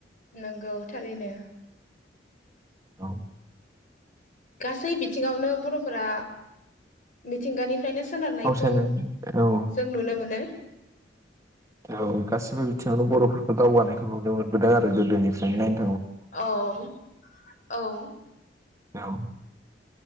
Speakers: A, on the left; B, on the right.
A: नंगौ थारैनो।
B: औ
A: गासै बिथिङावनो बर'फोरा मिथिंगानि <unintelligible> सोनारनायखौ
B: फावसायनानै औ
A: जों नुनो मोनो।
B: औ गासिबो बिथिङावनो बर'फोरखौ दावगानायखौ नुनो मोनबोदों आरो गोदोनिफ्रायनो नाय
A: औ औ
B: औ